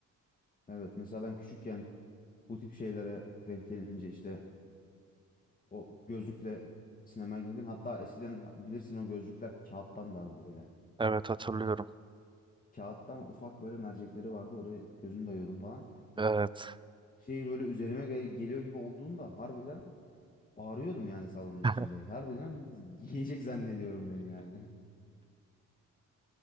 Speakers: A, on the left; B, on the right.
A: Evet. Mesela ben küçükken bu tip şeylere denk gelince işte o gözlükle sinemaya girdim. Hatta eskiden ha- bilirsin o gözlükler kağıttan daha böyle.
B: Evet hatırlıyorum.
A: Kağıttan ufak böyle mercekleri vardı. Oraya gözünü dayıyordum falan.
B: Evet.
A: Şey böyle üzerime gel- geliyor gibi olduğunda harbiden bağırıyordum yani salonun
B: <laughs>
A: içinde. Harbiden <laughs> yiyecek zannediyorum beni yani. <laughs>